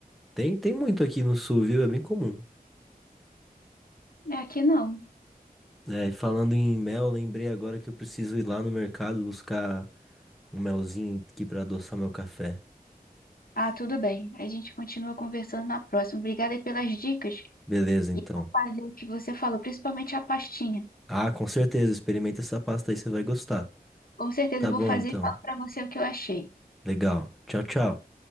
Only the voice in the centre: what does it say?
Tem, tem muito aqui no sul, viu? É bem comum.
É, falando em mel, lembrei agora que eu preciso ir lá no mercado buscar um melzinho aqui pra adoçar meu café.
Beleza, então.
Ah, com certeza, experimenta essa pasta aí, você vai gostar.
Tá
bom,
então.
Legal. Tchau, tchau.